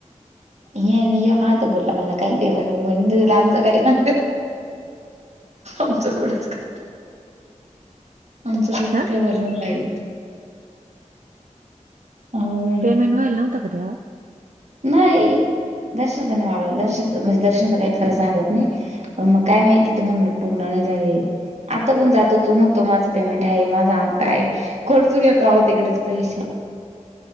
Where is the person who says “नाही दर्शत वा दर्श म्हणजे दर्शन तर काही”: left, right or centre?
Right